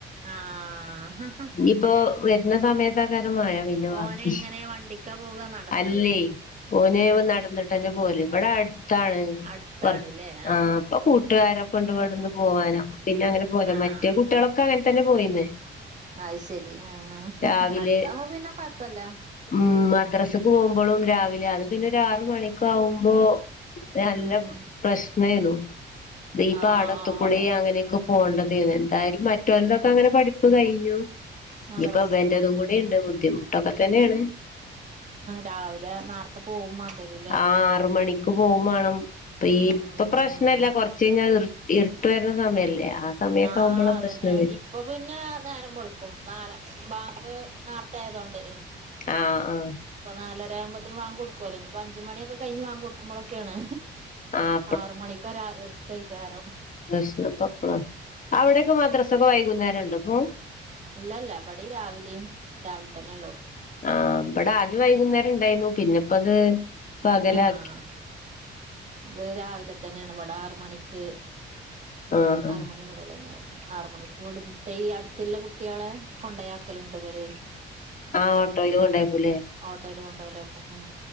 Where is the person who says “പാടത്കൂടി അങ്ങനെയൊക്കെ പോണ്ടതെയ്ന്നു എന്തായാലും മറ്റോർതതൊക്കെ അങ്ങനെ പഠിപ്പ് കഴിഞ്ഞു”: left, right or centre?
Left